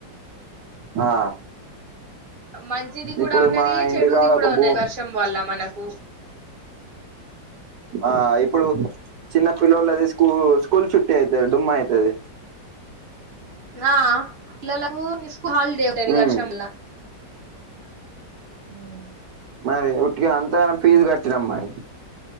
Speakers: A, on the right; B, on the right.
A: ఆ
B: మంచిది గూడా
A: ఇప్పుడు
B: ఉన్నది
A: మా ఇంటికాడ
B: చెడుది గూడా
A: ఒక భూ
B: ఉన్నది వర్షం వల్ల మనకు
A: ఆ ఇప్పుడు చిన్న పిల్లోల్లది స్కూ స్కూల్ చుట్టి అయితది డుమ్మా అయితది
B: ఆ పిల్లలకు స్కు హాలిడే ఉంటది
A: ఉమ్
B: వర్షంలా ఉమ్
A: మరి ఉట్టిగా అంతాగానం ఫీజు కట్టినాం మరి